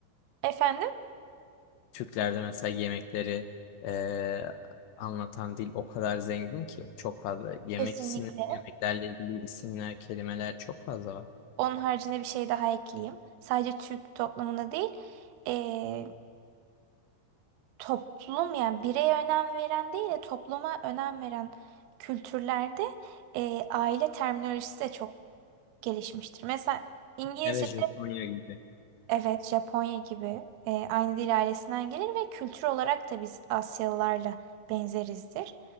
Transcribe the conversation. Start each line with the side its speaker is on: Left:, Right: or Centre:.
Right: Efendim?
Left: Türklerde mesela yemekleri e, anlatan dil o kadar zengin ki çok fazla yemek
Right: Kesinlikle.
Left: ismi yemeklerle ilgili isimler, kelimeler çok fazla var.
Right: Onun haricinde bir şey daha ekleyeyim. Sadece Türk toplumunda değil, eee, toplum yani bireye önem veren değil de topluma önem veren kültürlerde eee, aile terminolojisi de çok gelişmiştir. Mesela İngilizce
Left: Evet Japonya gibi.
Right: evet Japonya gibi eee, aynı dil ailesinden gelir ve kültür olarak da biz Asyalılarla benzerizdir.